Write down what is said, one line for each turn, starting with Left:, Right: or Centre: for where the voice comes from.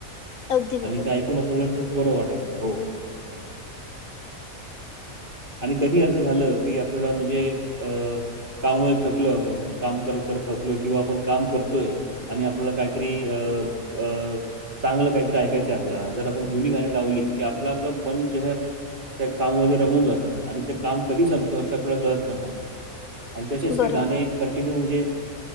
Left: अगदी
Right: आणि
Left: बरोबर
Right: ते ऐकूंन आपल्यांला बरं वाटायचं हो
Left: हो
Right: आणि कधीं असं झालं की आपल्यांला म्हणजे अं कामं मुळे थकलं आपणं कामं करतं करतं करं थकं किंवा आपणं कामं करतोय आणि आपल्यांला कांहींतरी अं अं चांगलं कांहींतरी ऐकायचंय आपल्यांला जरं आपणं जुंनी गांणी लावली की आपलं आपलं मनं जे हे त्यां कामांमध्यें जातं आणि ते कामं संपतो आपल्यांला कळतं पणं नाहीं आणि तसेच ते
Left: बरोबर
Right: गांणे कंटिन्यू म्हणजे